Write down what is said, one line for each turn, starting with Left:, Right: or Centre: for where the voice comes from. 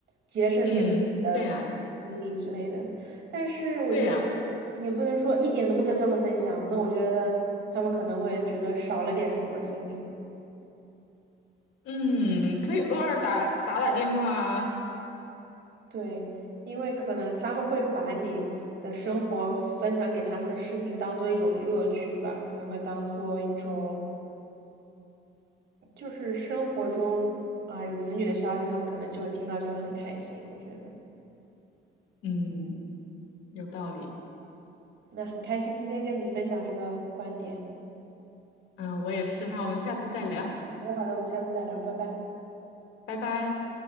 Right: 节省点自己的精力之类的。
Left: 嗯，对呀，
Right: 但是我觉得
Left: 对呀，
Right: 你也不能说一点都不跟他们分享，那我觉得他们可能会觉得少了点什么心理。
Left: 嗯，可以偶尔打打打电话啊。
Right: 对，因为可能他们会把你的生活分享给他们的事情当做一种乐趣吧，可能会当做一种，就是生活中啊有子女的消息，他们可能就会听到，就会很开心。我觉得，
Left: 嗯，有道理。
Right: 那很开心今天跟你分享这个观点。
Left: 嗯，我也是。那我们下次再聊，
Right: 好的，好的，我们下次再聊，拜拜。
Left: 拜拜。